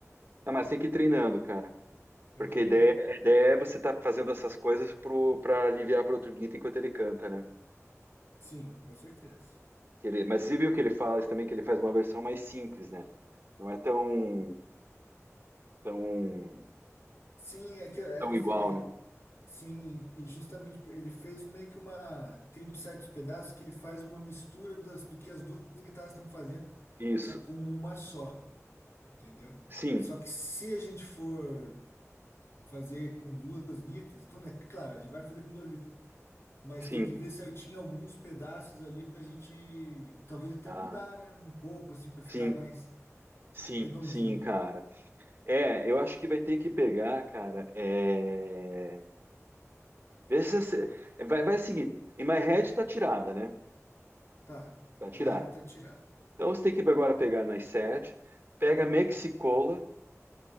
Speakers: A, on the right (about 40°); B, on the left (about 50°).
A: Ah, mas tem que ir treinando, cara.
B: Aham.
A: Porque a ideia, a ideia é você estar fazendo essas coisas pro, pra aliviar pro outro guita enquanto ele canta, né?
B: Sim, com certeza.
A: Que ele, mas você viu que ele fala isso também, que ele faz uma versão mais simples, né? Não é tão, tão,
B: Sim, é que ele,
A: tão igual,
B: fe- ele
A: né?
B: Sim, e justamente ele fez um meio que uma. Tem certos pedaços que ele faz uma mistura das, do que as duas guitarras estão fazendo,
A: Isso.
B: só que como uma só, entendeu?
A: Sim,
B: Só que se a gente for fazer com duas guitas, quando é claro, a gente vai fazer com duas guitas, mas
A: sim.
B: tem que ver certinho alguns pedaços ali pra gente talvez até
A: Ah,
B: mudar, né? Um pouco, assim, pra ficar
A: sim,
B: mais
A: sim,
B: redondinho.
A: sim, cara. É, eu acho que vai ter que pegar, cara. É... Vê se você- Vai, vai seguinte. In My Head tá tirada, né?
B: Tá,
A: Tá tirada.
B: uma reta tirada.
A: Então você tem que agora pegar nas sete, pega Mexicola